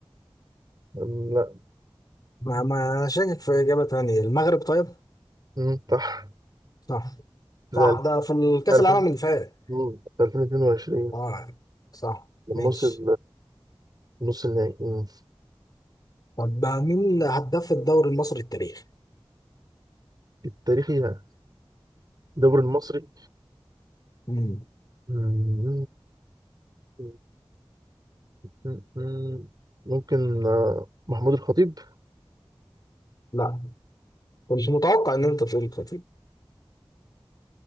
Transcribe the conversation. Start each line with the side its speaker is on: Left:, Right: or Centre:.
Right: لا
Left: ما ما شاكك في إجابة تانية المغرب طيب
Right: مم، صح
Left: صح
Right: في
Left: صح ده في الكأس
Right: 2000
Left: العالم اللي فات
Right: مم، في 2022
Left: اه صح
Right: لما
Left: ماشي
Right: وصل نص النهائي مم.
Left: طب مين هداف الدوري المصري التاريخي؟
Right: التاريخي ده الدوري المصري
Left: مم.
Right: مم، مم، مم، مم. ممكن آه، محمود الخطيب
Left: لا كنت متوقع إن أنت تقول كده